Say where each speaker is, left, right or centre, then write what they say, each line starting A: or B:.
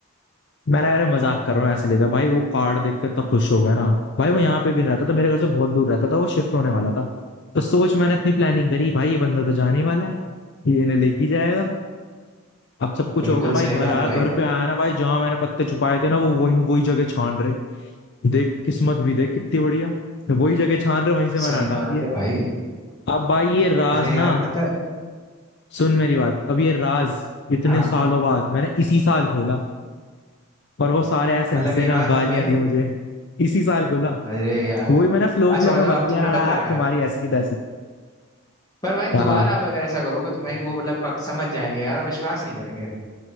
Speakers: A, on the left; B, on the left.
A: मैंने कहा, अरे मजाक कर रहा हूँ ऐसे ले जाओ भाई वो कार्ड देख के इतना खुश हो गया ना भाई वो यहाँ पे भी नहीं रहता था मेरे घर से बहुत दूर रहता था वो शिफ्ट होने वाला था तो सोच मैंने इतनी प्लानिंग करी भाई ये बंदा तो जाने वाला है ये इन्हें लेके जाएगा अब सब कुछ
B: बिल्कुल
A: हो गया भाई
B: सही
A: घर
B: बात
A: आया
B: है भाई
A: घर पे आया ना भाई जहां मैंने पत्ते छुपाए थे ना वो वही वही जगह छान रहे देख किस्मत भी देख कितनी बढ़िया वही जगह छान रहे वहीं से मैंने
B: सही
A: हटा
B: बात
A: दिए
B: है भाई
A: अब भाई ये राज
B: अरे
A: ना
B: यार पता है
A: सुन मेरी बात अब ये राज इतने
B: हाँ
A: सालों
B: हाँ
A: बाद मैंने इसी साल खोला और वो सारे ऐसे
B: मतलब
A: हंसे
B: ये
A: ना
B: रहा
A: गालियां
B: अब भाई
A: दी मुझे इसी साल खोला
B: अरे यार
A: वही मैंने फ्लो
B: अच्छा
A: फ्लो
B: बताओ
A: में बक दिया
B: अब तुमने
A: यार
B: बताया
A: तुम्हारी ऐसी की तैसी
B: पर भाई दोबारा
A: हाँ
B: अब अगर ऐसा करोगे तो भाई वो मतलब पक, समझ जाएंगे यार अब विश्वास नहीं करेंगे